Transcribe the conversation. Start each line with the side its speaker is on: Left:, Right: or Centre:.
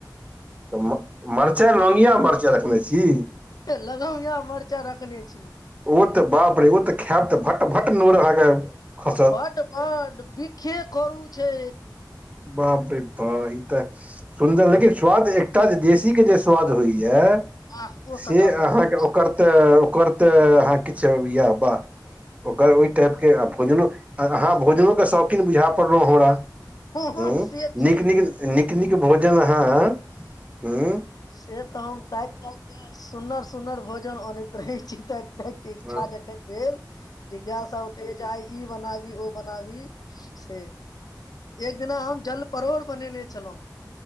Right: तऽ मरचाइ लौगिआ मरचाइ रखने छी
Left: लगमिया मरचा रखने छी
Right: ओ तऽ बाप रे ओ तऽ खायब तऽ भट्ट भट्ट नोर अहाँके खसत
Left: भट बट बीखे करू छै
Right: बाप रे बाह ई तऽ सुन्दर लेकिन स्वाद एकटा जे देशी के जे स्वाद होइया
Left: आह ओ
Right: से
Left: कतऽ पाबी
Right: अहाँके
Left: दोसर
Right: ओकर
Left: ठाम
Right: तऽ ओकर तऽ अहाँ किछु यए वा ओकर ओहि टाइपके आ भोजनो अहाँ भोजनोके शौकीन बुझा पड़लहुँ हमरा
Left: हँ
Right: ह
Left: से छी
Right: नीक नीक नीक नीक भोजन अहा हु
Left: से तऽ हम ताकि तायककऽ सुन्दर सुन्दर भोजन अनैत रहैत छी ताकि
Right: हूँ
Left: छ <unintelligible> एखन भेल जे गायस उठैया जे आइ ई बनाबी ओ बनाबी से एक दिना हम जल परोड़ बनेने छलहुँं